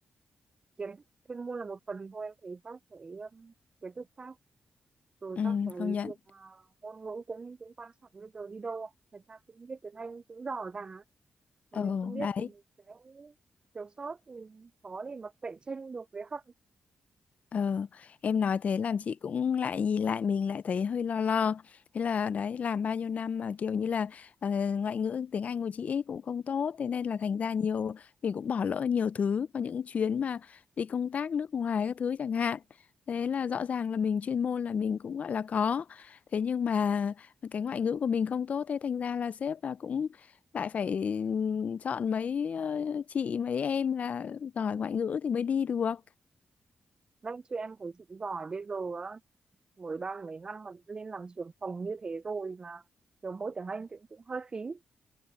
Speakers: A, on the right; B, on the left.
A: kiếm chuyên môn là một phần thôi em thấy các cái um, kiến thức khác rồi
B: Ừ.
A: các cái
B: công nhận
A: việc mà ngôn ngữ cũng cũng quan trọng bây giờ đi đâu người ta cũng biết tiếng Anh cũng giỏi cả mà
B: ừ
A: mình không biết
B: đấy
A: thì mình sẽ thiếu sót mình khó để mà cạnh tranh được với học
B: Ờ, em nói thế làm chị cũng lại nhìn lại mình lại thấy hơi lo lo. Thế là đấy làm bao nhiêu năm mà kiểu như là ờ, ngoại ngữ tiếng Anh của chị ấy cũng không tốt thế nên là thành ra nhiều mình cũng bỏ lỡ nhiều thứ có những chuyến mà đi công tác nước ngoài các thứ chẳng hạn. Thế là rõ ràng là mình chuyên môn là mình cũng gọi là có. Thế nhưng mà cái ngoại ngữ của mình không tốt thế thành ra là sếp là cũng lại phải ừ, chọn mấy ờ, chị mấy em là giỏi ngoại ngữ thì mới đi được.
A: Các chị em của chị giỏi bây giờ á mới ba mấy năm mà lên làm trưởng phòng như thế rồi mà kiểu mỗi tiếng Anh cũng cũng hơi phí